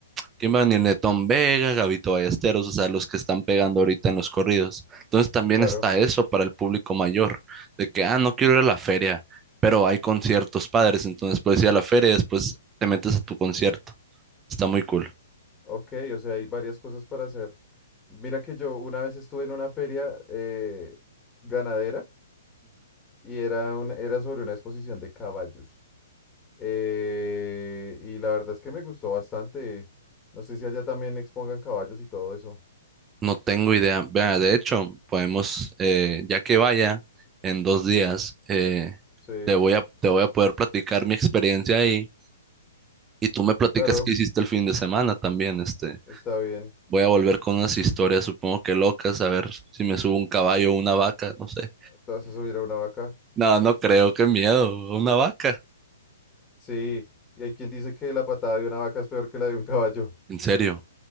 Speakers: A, on the right; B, on the left.
A: ¿quién va a venir? Netón Vega, Gabito Ballesteros, o sea, los que están pegando ahorita en los corridos. Entonces también
B: claro.
A: está eso para el público mayor, de que, ah, no quiero ir a la feria, pero hay conciertos padres, entonces puedes ir a la feria y después te metes a tu concierto. Está muy cool.
B: Ok, o sea, hay varias cosas para hacer. Mira que yo una vez estuve en una feria eh, ganadera y era, un, era sobre una exposición de caballos. Eh, y la verdad es que me gustó bastante. No sé si allá también expongan caballos y todo eso.
A: No tengo idea. Vea, de hecho, podemos, eh, ya que vaya en dos días, eh,
B: Sí,
A: te voy a, te voy a poder platicar mi experiencia ahí y tú me platicas
B: claro,
A: qué hiciste el fin de semana también. Este,
B: está bien.
A: voy a volver con unas historias, supongo que locas, a ver si me subo un caballo o una vaca, no sé.
B: Te vas a subir a una vaca.
A: No, no creo, qué miedo, una vaca,
B: Sí, y hay quien dice que la patada de una vaca es peor que la de un caballo.
A: en serio.